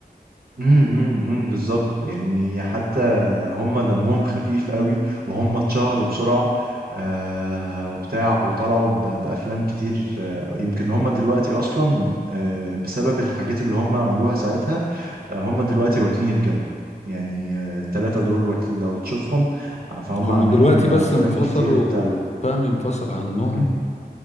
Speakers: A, on the right (about 70°); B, on the left (about 40°).
A: امم أمم، بالظبط يعني حتى هم دمهم خفيف قوي وهم اتشهروا بسرعة آه وبتاع وطلعوا ب- بأفلام كتير آه يمكن هم دلوقتي أصلا آه بسبب الحاجات اللي هم عملوها ساعتها آه هم دلوقتي واكلين الجو يعني آه التلاتة دول واكل- لو تشوفهم آه، فهم
B: هما
A: عاملين
B: دلوقتي
A: أفلام
B: بس انفصلوا
A: كتير وبتاع
B: فهمي انفصل عنهم
A: امم.